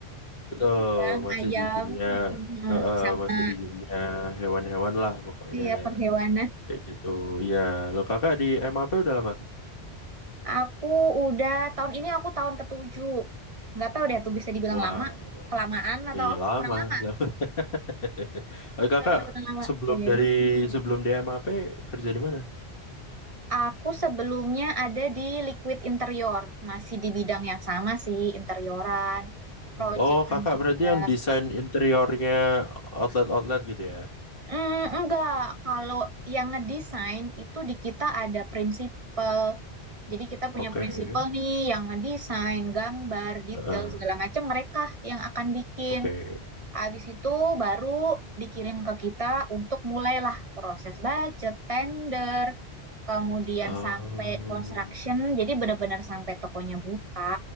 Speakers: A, on the left; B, on the right.
A: betul,
B: Udang,
A: masih
B: ayam,
A: di dunia,
B: mm, mm, mm.
A: eh, eh,
B: Sama
A: masih di dunia hewan-hewan lah pokoknya
B: ya perhewanan.
A: kayak gitu. Iya, lo kakak di M A P udah lama?
B: Aku udah tahun ini aku tahun ketujuh. Nggak tahu deh tuh bisa dibilang
A: Wow,
B: lama, kelamaan atau
A: iya lama.
B: kurang lama
A: lama. <laughs> Eh, kakak
B: atau malah kurang lama.
A: sebelum
B: Iya.
A: dari sebelum di M A P kerja di mana?
B: Aku sebelumnya ada di Liquid Interior, masih di bidang yang sama sih, interioran, proyekan
A: Oh, kakak
B: juga.
A: berarti yang desain interiornya outlet-outlet gitu ya?
B: Hmm, enggak, kalau yang ngedesain itu di kita ada prinsipal. Jadi kita
A: Oke.
B: punya prinsipal nih yang ngedesain, gambar, detail
A: Heeh.
B: segala macam mereka yang akan bikin.
A: Oke.
B: Habis itu baru dikirim ke kita untuk mulailah proses budget, tender, kemudian
A: Oh.
B: sampai construction. Jadi benar-benar sampai tokonya buka